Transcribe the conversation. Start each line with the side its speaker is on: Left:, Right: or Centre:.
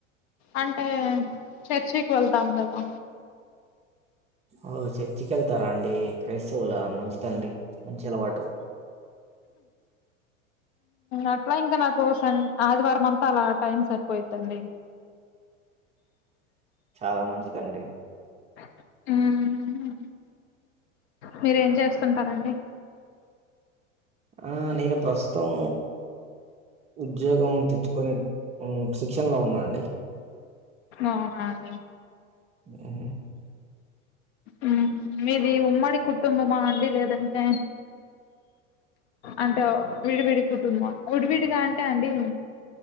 Left: అంటే చర్చికి వెళ్తాం కదా
Right: ఓ చర్చికి వెళ్తారా అండి క్రైస్తవుల మంచిదండి మంచి అలవాటు
Left: అట్లా ఇంకా నాకు సన్ ఆదివారం మ చాలా టైం సరిపోయిదండి
Right: చాలా మంచిదండి
Left: ఉం మీరేం చేస్తుంటారండి
Right: ఆ నేను ప్రస్తుతం ఉద్యోగం తెచ్చుకొని ఉం శిక్షణ లో ఉన్నాండి
Left: అవునా అండి
Right: ఆ <unintelligible>
Left: ఉం మీది ఉమ్మడి కుటుంబమా అండి లేదంటే అంటే విడివిడి కుటుంబం విడివిడిగా అంటే అండి